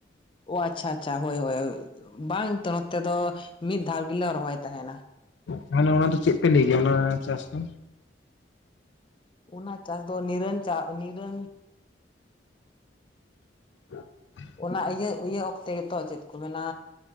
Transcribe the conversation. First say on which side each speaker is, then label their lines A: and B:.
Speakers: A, on the left (about 30°); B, on the left (about 70°).
A: ᱚ ᱟᱪᱪᱷᱟ ᱟᱪᱪᱷᱟ ᱦᱳᱭ ᱦᱳᱭ ᱵᱟᱝ ᱱᱚᱛᱮ ᱫᱚ ᱢᱤᱫ ᱫᱷᱟᱣ ᱜᱮᱞᱮ ᱨᱚᱦᱚᱭ ᱛᱟᱦᱮᱱᱟ᱾
B: ᱛᱟᱦᱚᱞᱮ ᱚᱱᱟ ᱫᱚ ᱪᱮᱫ ᱯᱮ ᱞᱟᱹᱭ ᱜᱮᱭᱟ ᱚᱱᱟ ᱪᱟᱥ ᱫᱚ?
A: ᱚᱱᱟ ᱪᱟᱥ ᱫᱚ ᱱᱤᱨᱚᱱ ᱪᱟᱥ ᱱᱤᱨᱚᱱ
B: <inaudible>
A: ᱚᱱᱟ ᱤᱭᱟᱹ ᱤᱭᱟᱹ ᱚᱠᱛᱮ ᱜᱮᱛᱚ ᱪᱮᱫ ᱠᱚ ᱢᱮᱱᱟ